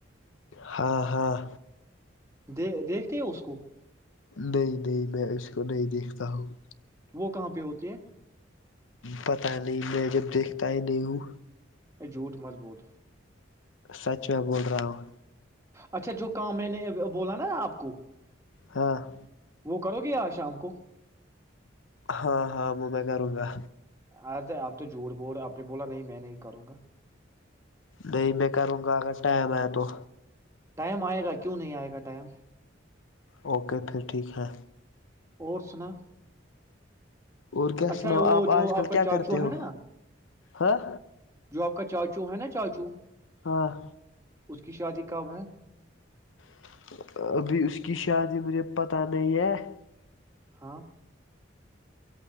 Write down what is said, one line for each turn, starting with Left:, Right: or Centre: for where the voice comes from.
Left: ہاں ہاں
Right: د دیکھتے ہو اس کو
Left: نہیں نہیں میں اس کو نہیں دیکھتا ہوں
Right: وہ کہاں پہ ہوتے ہیں
Left: پتاہ نہیں میں جب دیکھتا ہی نہیں ہوں
Right: ای جھوٹ مت بول
Left: سچ میں بول رہا ہوں
Right: اچھا جو کام میں نے بولا نا آپ کو
Left: ہاں <unintelligible>
Right: وہ کرو گے ار شام کو
Left: ہاں ہاں وہ میں کروں گا
Right: ارے تو آپ تو جوڑ بور آپ نے بولا نہیں میں نہیں کروں گا
Left: نہیں میں کروں گا اگر ٹائم ہے تو
Right: ٹائم آئے گا کیوں نہیں آئے گا ٹائم
Left: اوکے پھر ٹھیک ہے
Right: اور سنا
Left: اور
Right: <unintelligible>
Left: کیا
Right: اچھا
Left: سناؤ
Right: وہ
Left: آج
Right: جو آپ
Left: کل
Right: کا
Left: کیا
Right: چاچو
Left: کرتے ہو
Right: ہے نا
Left: ہاں
Right: جو آپ کا چاچو ہے نا چجو <unintelligible>
Left: ہاں <unintelligible>
Right: کی شادی کب ہے <unintelligible>
Left: <inaudible>
Right: ہاں <unintelligible>